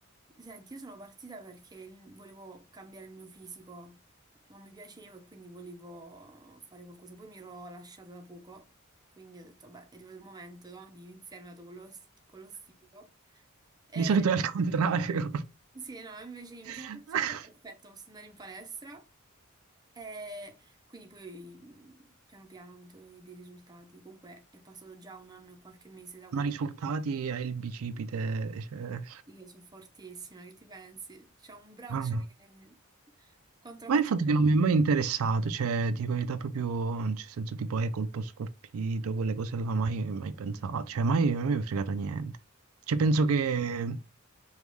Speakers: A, on the right; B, on the right.
A: Senti, io sono partita perché il- volevo cambiare il mio fisico, non mi piaceva e quindi volevo fare qualcosa. Poi mi ero lasciata da poco, quindi ho detto, beh, è arrivato il momento, no, di iniziare dato con lo, s- con lo stilo. E
B: Di solito è al contrario.
A: sì, no, invece
B: <laughs>
A: mi sono lasciata, perfetto, posso andare in palestra. E quindi poi mh, piano piano ho avuto dei dei risultati. Comunque è passato già un anno e qualche mese da
B: Ma
A: quando.
B: risultati hai il bicipite, cioè...
A: Io sono fortissima, che ti pensi? C'ho un braccio
B: ah.
A: che... Quanto lo
B: Ma
A: faccio?
B: il fatto che non mi è mai interessato, cioè, dico la verità proprio, nel senso tipo, eh, colpo scorpito, quelle cose là, mai, mai pensato, cioè, mai, mai mi è fregato niente. Cioè, penso
A: eh.
B: che